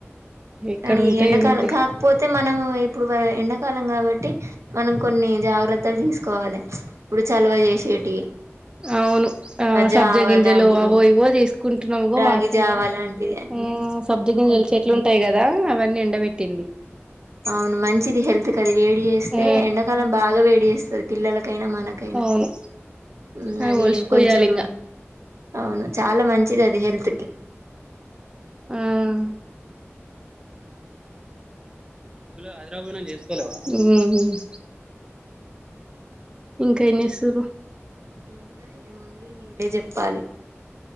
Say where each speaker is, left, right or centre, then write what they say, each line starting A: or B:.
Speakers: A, on the right; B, on the right.
A: ఎక్కడ
B: కానీ
A: ఉంటే
B: ఎండాకాలం
A: ఏముంది
B: కాకపోతే మనం ఇప్పుడు ఎండాకాలం కాబట్టి మనం కొన్ని జాగ్రత్తలు తీసుకోవాలె ఇప్పుడు చలవ చేసేటి
A: అవును ఆ సబ్జాగిింజలు
B: జావ లాంటివి
A: అవో ఇవో చేసుకుంటున్నావో
B: రాగి
A: మాఅత్తమ్మ
B: జావ
A: వాళ్లు
B: లాంటివి
A: హ్మ్ సబ్జా గింజలు చెట్లు ఉంటాయి కదా అవన్నీ ఎండబెట్టింది
B: అవును మంచిది హెల్త్ కది వేడి చేస్తే
A: ఆ
B: ఎండాకాలం బాగా వేడి చేస్తుంది పిల్లలక్ ఐన మనకైనా
A: అవును
B: ఉన్నవి
A: అవి ఒలిసిపోయాలి
B: ఇంకొంచెం
A: ఇంకా
B: అవును చాలా మంచిది అది హెల్త్ కి
A: అం నువ్వు హైదరాబాద్ లో చేసుకోలేవా హ్మ్మ్ ఇంకేం చేస్తుర్రు
B: ఇంకా ఏముంది మీరే చెప్పాలి